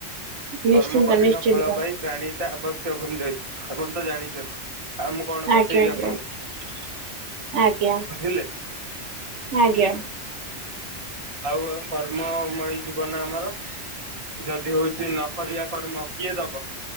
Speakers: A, on the right (about 80°); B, on the right (about 35°).
A: ନିଶ୍ଚିନ୍ତ
B: କର୍ମକରିଣ
A: ନିଶ୍ଚିନ୍ତ
B: ଫଳ ପାଇ ପ୍ରାଣୀତା ଆବଶ୍ ସେ ଭୁଞ୍ଜାଇ। ଆପଣ ତ ଜାଣିଚନ୍ତି। ଆଉ ମୁଁ କଣ ବସେଇବି
A: ଆଜ୍ଞା ଆଜ୍ଞା।
B: ଆପଣଙ୍କୁ
A: ଆଜ୍ଞା
B: ପଠେଇଲେ।
A: ଆଜ୍ଞା
B: ଥାଉ ଆଉ କର୍ମମଇ ଜୀବନ ଆମର ଯଦି ହଉଚି ନ କରିବା କର୍ମ କିଏ ଦବ